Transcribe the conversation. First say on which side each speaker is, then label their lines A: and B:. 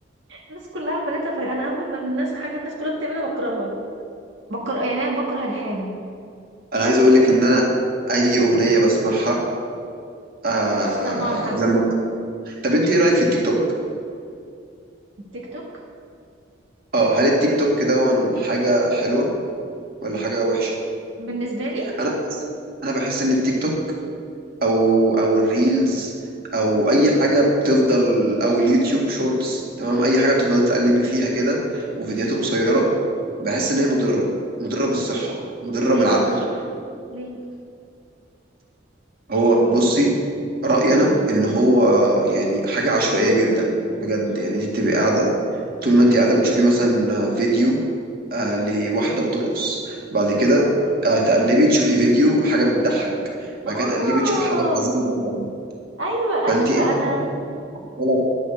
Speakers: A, on the right (about 80°); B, on the right (about 50°).
A: الناس كلها عملتها في انا اول ما الناس حاجه الناس كلها بتعملها بكرهها بكره يعني انا بكره الحاجه ما
B: انا عايز اقول لك ان انا اي اغنيه بسمعها آه
A: بحبش اسمعها لحد
B: لما طب انت ايه رايك في التيك توك
A: التيك توك
B: اه هل التيك توك ده حاجه حلوه ولا حاجه وحشه
A: بالنسبه لي
B: انا بحس انا بحس ان التيك توك او او الريلز او اي حاجه بتفضل او اليوتيوب شورتس تمام اي حاجه بتفضل تقلبي فيها كده وفيديوهات قصيره بحس ان هي مضره مضره بالصحه مضره
A: ليه
B: بالعقل
A: بقى ليه
B: هو بصي رأيي أنا إن هو يعني حاجة عشوائية جدا بجد
A: امم
B: يعني أنت بتبقي قاعدة طول ما أنت قاعدة بتشوفي مثلا فيديو آه لواحدة بترقص بعد كده آه تقلبي تشوفي فيديو حاجة بتضحك بعد
A: اه
B: كده تقلبي تشوفي حاجة حزينة جدا
A: ايوه ايوه
B: فأنت قاعدة
A: انا
B: ولا